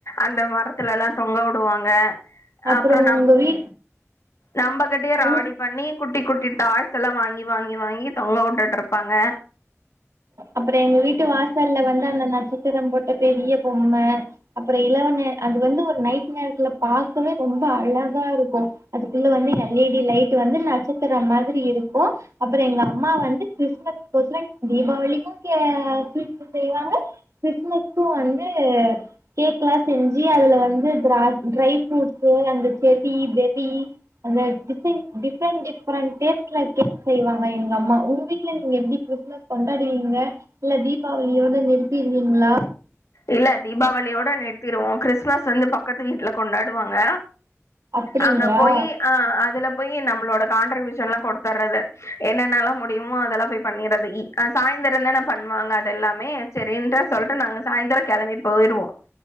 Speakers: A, on the left; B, on the right.
A: அந்த மரத்துலலா தொங்க உடுவாங்க
B: அப்புறோ
A: அப்பறோ நம்
B: உங்க வீ
A: நம்பகிட்டயே ராவடி
B: உ
A: பண்ணி குட்டி குட்டி டாய்ஸ் எல்லா வாங்கி வாங்கி வாங்கி தொங்க உட்டுட்டுருப்பாங்க
B: அப்பறோ எங்க வீட்டு வாசல்ல வந்து அந்த நட்சத்திரம் போட்ட பெரிய பொம்ம அப்பறோ இலவனு அது வந்து ஒரு நைட் நேரத்துல பாக்கவே ரொம்ப அழகா இருக்கு அதுக்குள்ள வந்து எல் ஐ டி லைட் வந்து நட்ச த்திர மாரி இருக்கு அப்பறோ எங்க அம்மா வந்து கிறிஸ்மஸ் ஷ்பெஷல் தீபாவளிக்கு க ஸ்வீட் செய்வாங்க கிறிஸ்மஸ்கு வந்து கேக்லா செஞ்சு அதுல வந்து ட்ரா ட்ரை ஃப்ரூட்ஸு அந்த செர்ரி பெர்ரி அந்த டிசைன் டிசைன் டிஃப்ரெண்ட் டேஸ்ட்ல கேக் செய்வாங்க எங்க அம்மா உங்க வீட்டுல நீங்க எப்டி கிறிஸ்மஸ் கொண்டாடுவீங்க இல்ல தீபாவளியோட நிறுத்திருவீங்ளா
A: இல்ல தீபாவளியோட நிறுத்திருவோம கிறிஸ்மஸ் வந்து பக்கத்து வீட்ல கொண்டாடுவாங்க
B: அப்டிங்களா
A: அங்க போயி அ அதுல போயி நம்மளோட கான்ட்ரிபியூஷன்லா கொடுத்தர்றது என்னென்னலா முடியுமோ அதெல்லா போய் பண்ணிறது ஈ சாயந்தார தான பண்ணுவாங்க அது எல்லாமே சரின்ட சொல்லிட்டு நாங்க சாய்ந்தர கெளம்பி போயிருவோ